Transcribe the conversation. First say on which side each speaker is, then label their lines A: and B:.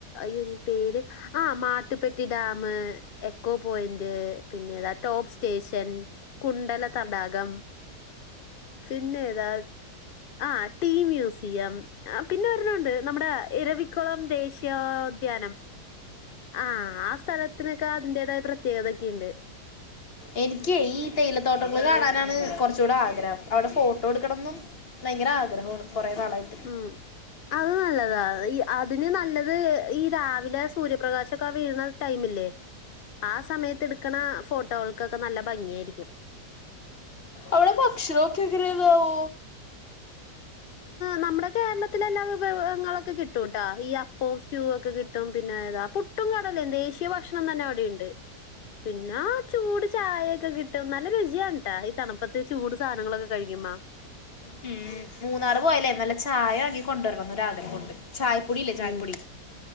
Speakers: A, on the left (about 55°); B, on the left (about 35°).
A: ഈ പേര് ആഹ് മാട്ടുപ്പെട്ടി ഡാമ് എക്കോ പോയിന്റ് പിന്നേതാ ടോപ് സ്റ്റേഷൻ കുണ്ടല തടാകം പിന്നെ ഏതാ ആഹ് ടീ മ്യൂസി ട്ടിയം പിന്നെ വേറെ ഒരൊണ്ണണ്ട് നമ്മടെ ഇരവിക്കുളം ദേശീയോദ്യാനം. ആഹ് ആഹ് സ്ഥലത്തിനൊക്കെ അതിന്റേതായ പ്രത്യേകതൊക്കെയുണ്ട്.
B: എനിക്കെയ് ഈ തേയിലത്തോട്ടങ്ങള് കാണാനാണ് കൊറച്ചൂടെ ആഗ്രഹം അവടെ ഫോട്ടോ എടുക്കണംന്നും ഭയങ്കര ആഗ്രഹാണ് കൊറേ നാളായിട്ട്.
A: ഉം അത് നല്ലതാണ് ഈ അതിന് നല്ലത് ഈ രാവിലെ സൂര്യപ്രകാശൊക്കെ വീഴുന്ന ടൈമില്ലേ? ആ സമയത്ത് എടുക്കണ ഫോട്ടോകൾക്കൊക്കെ നല്ല ഭംഗിയായിരിക്കും
B: അവിടെ ഭക്ഷണം ഒക്കെ എങ്ങനെ നാന്നാവോ
A: നമ്മുടെ കേരളത്തിലെല്ലാ വിഭവങ്ങളൊക്കെ കിട്ടും ട്ടാ ഈ അപ്പോം, സ്റ്റൂ ഒക്കെ കിട്ടും. പുട്ടും പിന്നെ താ പുട്ടും, കടലേയും ദേശീയ ഭക്ഷണം തന്നെ അവിടെയുണ്ട്. പിന്നെ ചൂട് ചായയൊക്കെ കിട്ടും. നല്ല രുചിയാണ് ട്ടോ. ഈ തണുപ്പത്ത് ചൂട് സാധനങ്ങളൊക്കെ കഴിക്കുമ്പോൾ
B: ഉ മൂന്നാറ് പോയാലേ, നല്ല ചായ വാങ്ങി കൊണ്ടുവരണമെന്നോ രാഗ്രഹമുണ്ട്. ചായപ്പൊടി ഇല്ലേ ചായപ്പൊടി.
A: ഉം.